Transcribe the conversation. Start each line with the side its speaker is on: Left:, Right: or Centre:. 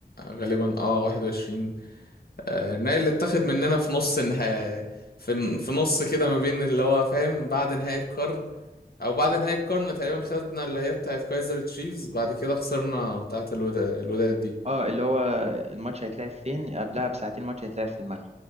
Left: غالبا اه 21 آه، النهائي اللي اتاخد مننا في نص النهائي في في نص كده ما بين اللي هو فاهم بعد نهائي القرن او بعد نهاية القرن تقريبا خدنا اللي هي بتاعت كايزر تشيفز بعد كده خسرنا بتاعت الودا الوداد دي
Right: اه اللي هو الماتش هيتلعب فين قبلها بساعتين الماتش هيتلعب في المغرب